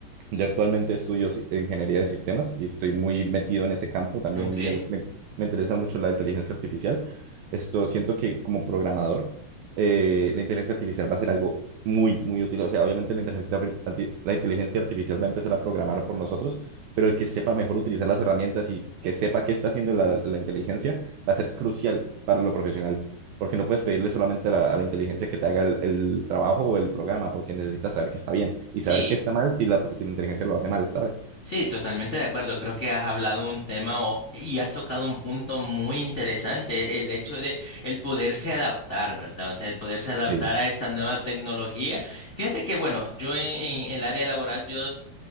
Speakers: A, on the right (about 80°); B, on the left (about 55°).
A: yo actualmente estudio si- ingeniería de sistemas y estoy muy metido en ese campo. También
B: Ok,
A: me gusta, me, me interesa mucho la inteligencia artificial. Esto siento que como programador, eh, la inteligencia artificial va a ser algo muy, muy útil. O sea, obviamente la inteligencia, arti- arti- la inteligencia artificial va a empezar a programar por nosotros, pero el que sepa mejor utilizar las herramientas y que sepa qué está haciendo la, la inteligencia va a ser crucial para lo profesional porque no puedes pedirle solamente a la, a la inteligencia que te haga el, el trabajo o el programa, porque necesitas saber que está bien
B: sí.
A: y saber que está mal si la, si la inteligencia lo hace mal, ¿sabes?
B: Sí, totalmente de acuerdo. Creo que has hablado un tema o- y has tocado un punto muy interesante, el hecho de el poderse adaptar, ¿verdad? O sea, el poderse adaptar
A: Sí,
B: a esta nueva tecnología. Fíjate que, bueno, yo en, en el área laboral, yo